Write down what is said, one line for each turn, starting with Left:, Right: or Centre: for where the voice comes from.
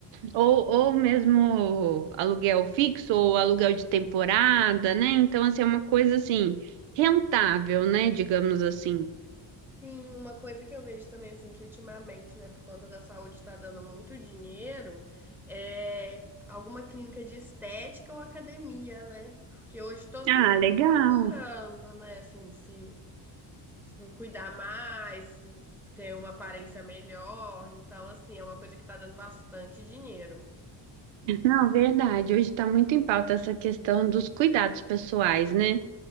Right: Ou, ou mesmo aluguel fixo ou aluguel de temporada, né? Então, assim, é uma coisa assim, rentável, né? Digamos assim.
Centre: Sim, uma coisa que eu vejo também, assim, que ultimamente, né, por conta da saúde tá dando muito dinheiro, é alguma clínica de estética ou academia, né? Porque hoje todo
Right: Ah,
Centre: mundo
Right: legal.
Centre: tá procurando, né, assim, se, se cuidar mais, ter uma aparência melhor. Então, assim, é uma coisa que tá dando bastante dinheiro.
Right: Não, verdade. Hoje está muito em pauta essa questão dos cuidados pessoais, né?